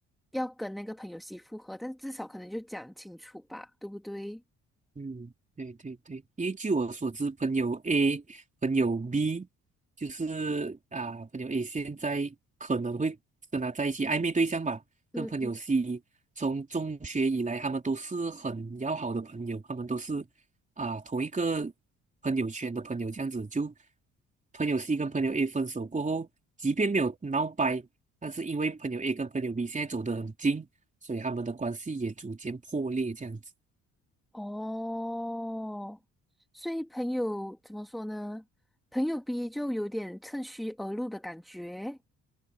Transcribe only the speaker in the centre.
要跟那个朋友媳复合，但至少可能就讲清楚吧，对不对？
嗯嗯，
哦，所以朋友怎么说呢？朋友 B 就有点趁虚而入的感觉